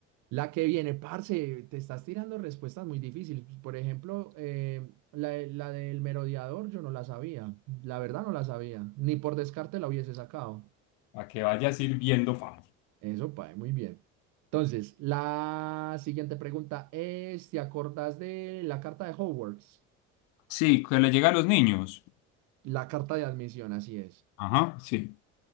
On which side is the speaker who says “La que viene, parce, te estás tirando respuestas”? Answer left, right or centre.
Right